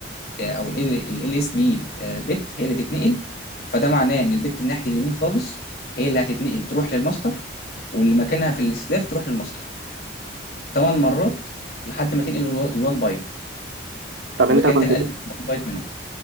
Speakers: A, on the left; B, on the right.
A: او ال اس بي بت هي اللي تتنقل فده معناه ان البت اللي ناحيه اليمين خالص هي اللي هتتنقل تروح للماستر واللي مكانها في السلاف تروح للماستر 8 مرات لحد ما تنقل ال1 بايت
B: طب
A: يبقى
B: انت
A: كده
B: كنت
A: انت نقلت ال1 بايت منهم